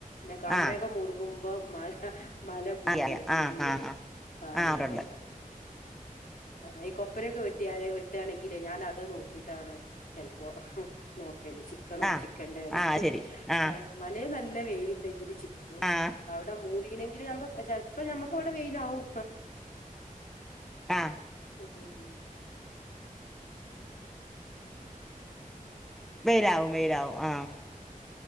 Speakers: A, on the left (about 75°); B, in the centre.
A: മെ കാർമേഘം
B: ആ
A: മൂടുമ്പോ മഴ മല മൂടി
B: അറിയാം അറിയാം
A: മൂടി
B: ആ
A: വരും
B: ആ ആ
A: ആഹ് അറിയാ
B: ആ ഉണ്ട് ഉണ്ട്
A: ആ ഈ കൊപ്പരൊക്കെ വെട്ടിയാല് വെട്ടാണെങ്കില് ഞാൻ അത് നോക്കിട്ടാണ് ചിലപ്പോ നോക്കല് ചിക്കണോ
B: ആ
A: ചിക്കണ്ടേ ന്ന്
B: ആ ശരി ആ
A: ഏ മലെ നല്ല വെയില് ഇണ്ടെങ്കിൽ ചി ക്കും
B: ആ
A: അവിടെ മൂടീണെങ്കില് ഞമ്മ ചെൽപ്പം ഞമ്മക്ക് ഇവിടെ വെയിലാവും
B: ആഹ്
A: <unintelligible> ഉം
B: വെയിലാവും വെയിലാവും ആഹ്